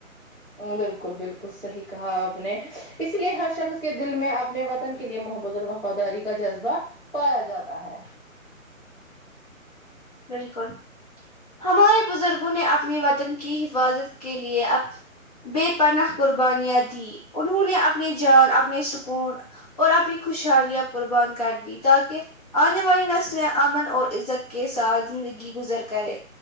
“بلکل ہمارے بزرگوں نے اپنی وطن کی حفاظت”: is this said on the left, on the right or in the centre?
Left